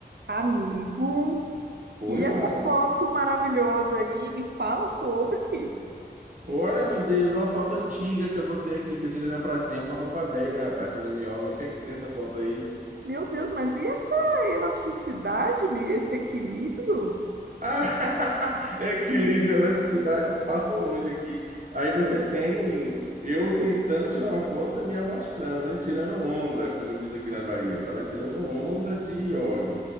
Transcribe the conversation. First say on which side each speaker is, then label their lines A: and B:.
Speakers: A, on the right; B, on the right.
A: Amigo,
B: Oi,
A: e essa
B: Marla.
A: foto maravilhosa aí, me fala sobre.
B: Olha, meu Deus, uma foto antiga que eu botei aqui, que eu tirei na pracinha com a roupa velha, rapaz, fazendo yoga. O que é que tem essa foto aí?
A: Meu Deus, mas e essa elasticidade, me- esse equilíbrio?
B: Ah, <laughs> equilíbrio, elasticidade, espaço longe aqui. Aí você tem eu tentando tirar uma foto e me amostrando, né? Tirando onda, como diz aqui na Bahia. Tava tirando onda de yoga.